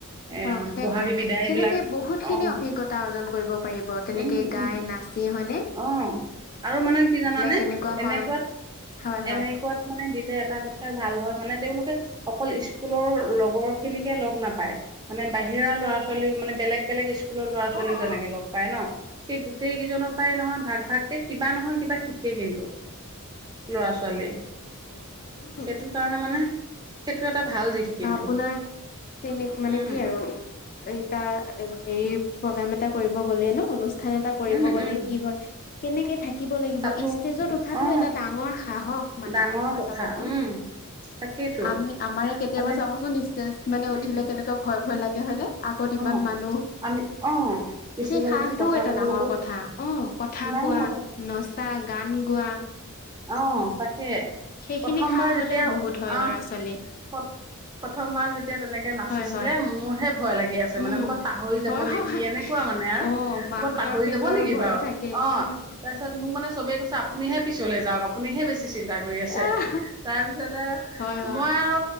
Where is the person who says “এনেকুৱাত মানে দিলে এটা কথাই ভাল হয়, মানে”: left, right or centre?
Right